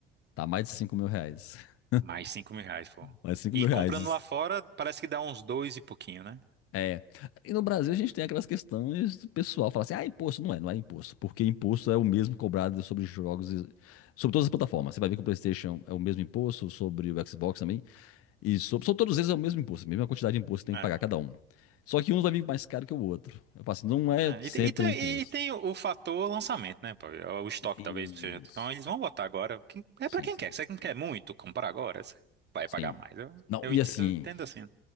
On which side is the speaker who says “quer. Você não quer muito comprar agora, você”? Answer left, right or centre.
Right